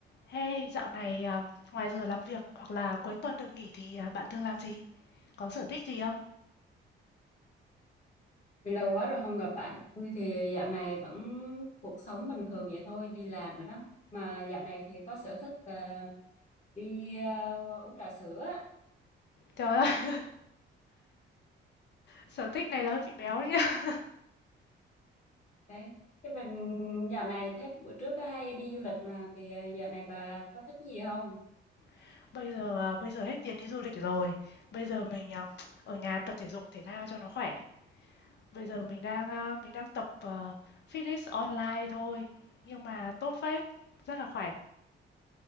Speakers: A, on the left; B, on the left.
A: Hey, dạo này à, ngoài giờ làm việc hoặc là cuối tuần được nghỉ thì à, bạn thường làm gì? Có sở thích gì không?
B: Vì lâu quá rồi không gặp bạn, tôi thì dạo này vẫn cuộc sống bình thường vậy thôi, đi làm rồi đó. Mà dạo này thì có sở thích là đi ờ, uống trà sữa, á.
A: Trời ơi,
B: bà có thích
A: <laughs>
B: uống
A: sở thích này là hơi bị béo đấy nhá.
B: cái Chứ mình dạo này thấy bữa trước có hay đi du lịch mà thì ờ, dạo này bà có thích gì không?
A: <laughs> Bây giờ à, bây giờ hết tiền đi du lịch rồi. Bây giờ mình à, ở nhà tập thể dục thể thao cho nó khỏe. Bây giờ mình đang à, mình đang tập à, fitness online thôi, nhưng mà tốt phết, rất là khỏe.